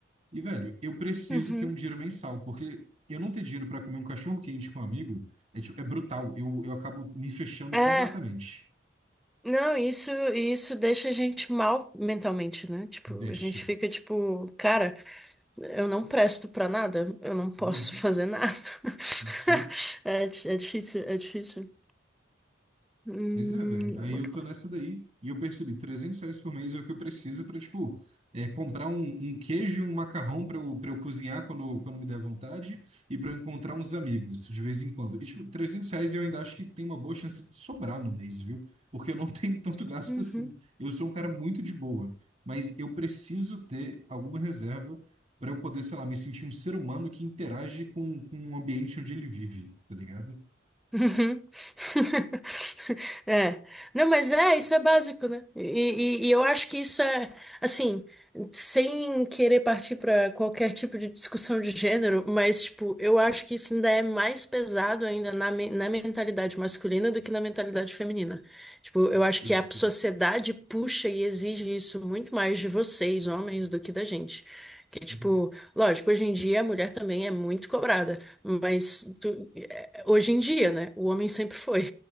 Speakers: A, on the right; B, in the centre.
A: e, velho, eu preciso
B: Uhum.
A: ter um dinheiro mensal, porque eu não ter dinheiro para comer um cachorro quente com um amigo é, tipo, é brutal. Eu, eu acabo me fechando
B: É.
A: completamente.
B: Não, isso, isso deixa a gente mal mentalmente, né? Tipo,
A: Deixa.
B: a gente fica tipo, cara, eu não presto pra nada, eu não posso
A: Uhum.
B: fazer nada. <laughs>
A: Sim.
B: É, di- é difícil, é difícil. Hum,
A: Pois é, velho. Aí
B: work
A: eu tô
B: life.
A: nessa daí e eu percebi, 300 reais por mês é o que eu preciso pra, tipo, é, comprar um, um queijo e um macarrão pra eu, pra eu cozinhar quando, quando me der vontade e pra eu encontrar uns amigos de vez em quando. E, tipo, 300 reais eu ainda acho que tem uma boa chance de sobrar no mês, viu? Porque eu não <laughs> tenho tanto gasto
B: Uhum.
A: assim. Eu sou um cara muito de boa, mas eu preciso ter alguma reserva pra eu poder, sei lá, me sentir um ser humano que interage com, com o ambiente onde ele vive, tá ligado?
B: Uhum. <laughs> É. Não, mas é, isso é básico, né? E, e- e eu acho que isso é, assim, sem querer partir para qualquer tipo de discussão de gênero, mas, tipo, eu acho que isso ainda é mais pesado ainda na, men- na mentalidade masculina do que na mentalidade feminina. Tipo, eu acho
A: Justo.
B: que a sociedade puxa e exige isso muito mais de vocês, homens, do que da gente. Que, tipo,
A: Uhum.
B: lógico, hoje em dia a mulher também é muito cobrada, mas tu. Hoje em dia, né? O homem sempre foi.